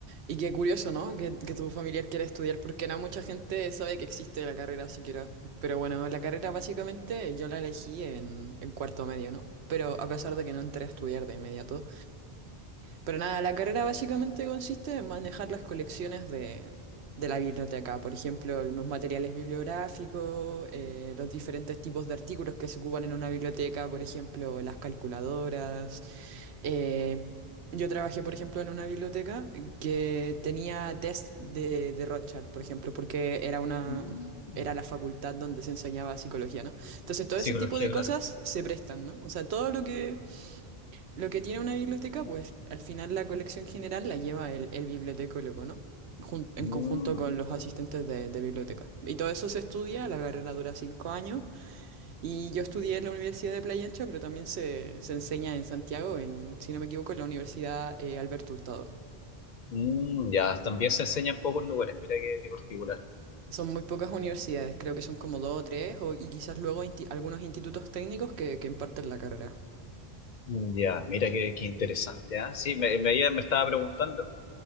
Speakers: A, on the right; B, on the left.
A: Y qué curioso, ¿no? Que, que tu familiar quiera estudiar, porque no mucha gente sabe que existe la carrera siquiera. Pero bueno, la carrera básicamente yo la elegí en, en cuarto medio, ¿no? Pero a pesar de que no entré a estudiar de inmediato, Pero nada, la carrera básicamente consiste en manejar las colecciones de, de la biblioteca, por ejemplo, los materiales bibliográficos, eh, los diferentes tipos de artículos que se ocupan en una biblioteca, por ejemplo, las calculadoras. eh, yo trabajé, por ejemplo, en una biblioteca que tenía test de, de Rorschach, por ejemplo, porque era una...
B: Mm,
A: era la facultad donde se enseñaba psicología, ¿no? Entonces, todo
B: psicología,
A: ese tipo de cosas
B: claro.
A: se prestan, ¿no? O sea, todo lo que lo que tiene una biblioteca, pues al final la colección general la lleva el, el bibliotecólogo, ¿no? Jun- en
B: Mm,
A: conjunto con los asistentes de, de biblioteca. Y todo eso se estudia, la carrera dura cinco años, y yo estudié en la Universidad de Playa Ancha, pero también se, se enseña en Santiago, en, si no me equivoco, en la Universidad eh, Alberto Hurtado.
B: mm, ya, también se enseña en pocos lugares, mira qué, qué particular.
A: Son muy pocas universidades, creo que son como dos o tres, o- y quizás luego insti- algunos institutos técnicos que, que imparten la carrera.
B: Mm, Ya, mira qué, qué interesante, ¿ah? Sí, me, me, me estaba preguntando.